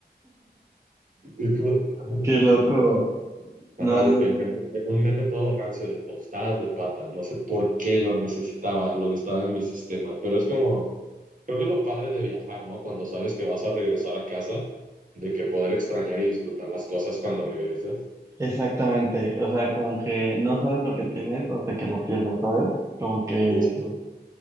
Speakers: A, on the right (about 50°); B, on the right (about 15°).
A: Y tú- <laughs>
B: Qué loco.
A: se me antoja.
B: No,
A: Ajá, de que el meme- un meme todo rancio de tostadas de pata. No sé por qué lo necesitaba, lo necesitaba en mi sistema, pero es como, creo que es lo padre de viajar, ¿no? Cuando sabes que vas a regresar a casa, de que poder extrañar y disfrutar las cosas cuando regreses.
B: Exactamente, o sea, como que no sabes lo que tienes hasta que lo pierdes, ¿sabes? Como que,
A: Justo.